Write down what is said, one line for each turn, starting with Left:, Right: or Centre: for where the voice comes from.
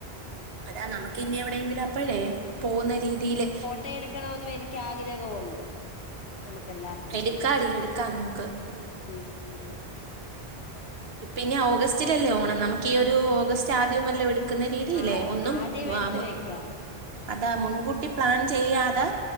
Right: അതാ നമുക്ക് ഇനി എവിടെയെങ്കിലും അപ്പോഴേ പോകുന്ന രീതിയില്
Left: ട്ടിയെടുക്കണോന്നും എനിക്ക് ആഗ്രഹവുണ്ട് നമുക്ക് എല്ലാർക്കും
Right: എടുക്കാടി
Left: കൂടാ
Right: എടുക്കാം നമുക്ക്
Left: ഉം
Right: ഇപ്പിന് ഓഗസ്റ്റിലല്ലേ ഓണം നമുക്ക് ഈ ഒരു ഓഗസ്റ്റ് ആദ്യംന്നല്ല വെടി ക്കുന്ന രീതിയില്ലേ
Left: ആ
Right: ഒന്നും
Left: ആദ്യം
Right: വാ
Left: എടുത്ത് വെക്കാം
Right: അതാ മുൻകൂട്ടി പ്ലാൻ ചെയ്യാതെ